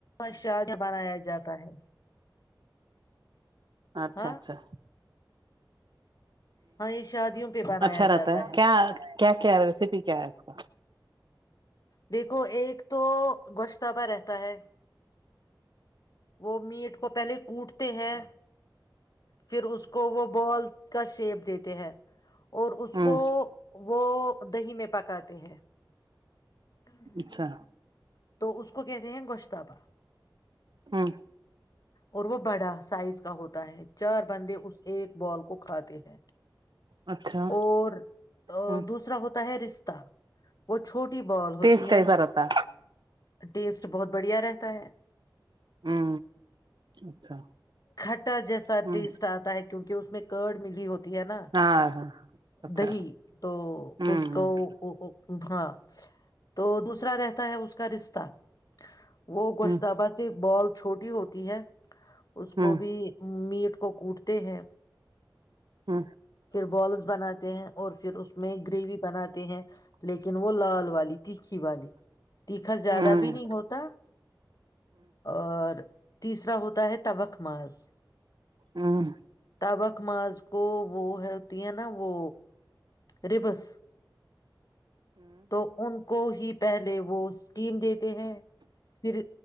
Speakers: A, on the left (about 50°); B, on the right (about 70°).
A: ش بنایا جاتا ہے
B: اچھا
A: ہاں
B: اچھا ہ
A: ہاں یہ شادیوں پہ بنایا
B: اچھا رہتا
A: جاتا ہے
B: کیا کیا کیا ریسیپی کیا ہے اس کا
A: دیکھو ایک تو گشتبہ رہتا ہے وہ میٹ کو پہلے کوٹتے ہیں پھر اس کو وہ بال کا شیپ دیتے ہیں اور اس
B: ہ ہ
A: کو وہ دہی میں پکاتے ہیں <inaudible>
B: اچھا
A: تو اس کو کہتے ہیں گوشتابا
B: ہوں
A: اور وہ بڑا سائز کا ہوتا ہے چار بندے اس ایک بال کو کھاتے ہیں
B: اچھا
A: اور
B: ہ
A: دوسرا ہوتا ہے رشہ وہ چھوٹی بال ہوتی
B: ٹیسٹ
A: ہے
B: کیسا رہتا
A: ٹیسٹ بہت بڑھیا رہتا ہے
B: ہے ہ اچھا
A: کھٹا جیسا
B: ہ
A: ٹیسٹ آتا ہے کیونکہ اس میں کرڑ ملی ہوتی ہے نا
B: ہاں ہاں اچھا
A: دہی تو
B: ہوں
A: اس کو
B: ہ
A: ہاں تو دوسرا رہتا ہے اس کا رشتہ وہ گوشتابہ
B: ہ
A: سے بال چھوٹی ہوتی ہے اس کو
B: ہ ہ
A: بھی میٹ کو کوٹتے ہیں
B: ہ
A: پھر بالس بناتے ہیں اور پھر اس میں گریوی بناتے ہیں لیکن وہ لال وا لی تھی اچھی والی تیکھا زیادہ
B: ہ
A: بھی نہیں ہوتا اور تیسر ہوتا ہے تخ مااز
B: ہ ہ
A: تبک مااز کو وہ ہے تی ہیں نا وہ ریبس تو ان کو ہی پہلے وہ اسٹیم دیتے ہیں پھر